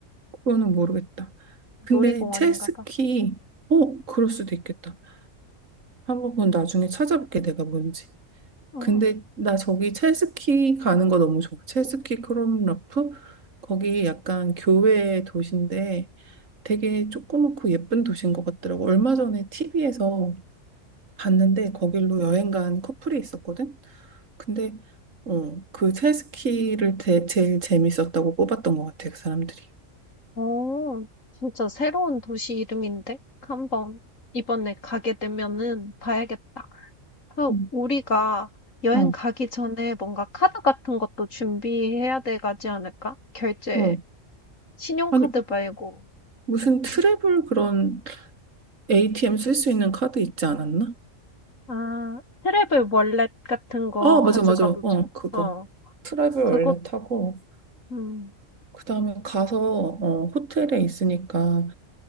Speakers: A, on the right; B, on the left.
A: 그거는 모르겠다. 근데
B: 놀이공원인가
A: 체스키,
B: 봐.
A: 어, 그럴 수도 있겠다. 한번 그건 나중에 찾아볼게, 내가 뭔지.
B: 어,
A: 근데 나 저기 첼스키 가는 거 너무 좋아. 첼스키 크롬라프? 거기 약간 교외 도시인데 되게 조그맣고 예쁜 도시인 것 같더라고. 얼마 전에 TV에서 봤는데 거길로 여행 간 커플이 있었거든? 근데 어, 그 첼스키를 제, 제일 재밌었다고 뽑았던 것 같아, 그 사람들이.
B: 어, 진짜 새로운 도시 이름인데? 한 번 이번에 가게 되면은 봐야겠다. 그,
A: 음,
B: 우리가 여행
A: 어.
B: 가기 전에 뭔가 카드 같은 것도 준비해야 돼 가지 않을까? 결제,
A: 어.
B: 신용카드
A: 아니,
B: 말고.
A: 무슨 트래블 그런 ATM 쓸 수 있는 카드 있지 않았나?
B: 아, 트래블 월렛 같은 거
A: 아, 맞아,
B: 가져가도
A: 맞아. 어,
B: 좋
A: 그거.
B: 어,
A: 트래블
B: 그것,
A: 원래 타고
B: 음,
A: 그다음에 가서 어, 호텔에 있으니까